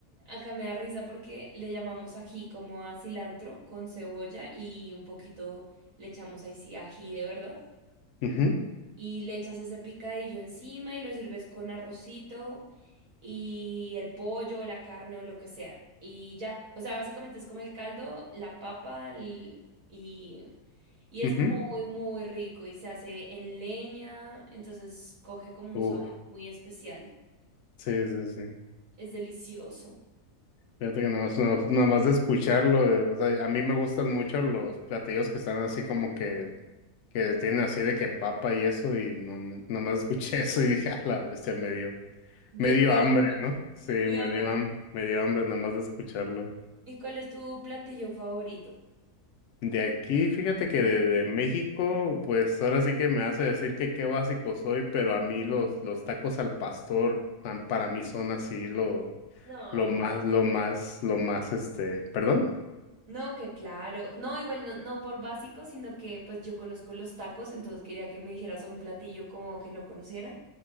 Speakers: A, on the right; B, on the left.
A: Acá me da risa porque le llamamos ají como a cilantro con cebolla y un poquito le echamos ahí sí ají de verdad.
B: ujú,
A: Y le echas ese picadillo encima y lo sirves con arrocito y el pollo, la carne o lo que sea. Y ya. O sea, básicamente es como el caldo, la papa el- y y es
B: ujú.
A: muy, muy rico y se hace en leña, entonces coge como un
B: Uf,
A: sabor muy especial.
B: sí, sí, sí.
A: Es delicioso.
B: Fíjate que nada más, nada- más- nada más de escucharlo, eh, o sea, a mí me gustan mucho los platillos que están así como que, que tienen así de que papa y eso, y no, me- nada más escuché <laughs> eso y dije, a la bestia, me dio,
A: De,
B: me dio
A: de
B: hambre,
A: hambre.
B: ¿no?
A: <laughs>
B: Sí,
A: Es
B: me
A: de hambre.
B: dio, ham- me dio hambre nada más de escucharlo.
A: ¿Y cuál es tu platillo favorito?
B: De aquí, fíjate que de, de México, pues ahora sí que me hace decir que qué básico soy, pero a mí los, los tacos al pastor, tan- para mí son así lo,
A: No,
B: lo
A: ok.
B: más, lo más, lo más, este, perdón.
A: No, que claro. No, igual no, no por básico, sino que pues yo conozco los tacos, entonces quería que me dijeras un platillo como que no conociera.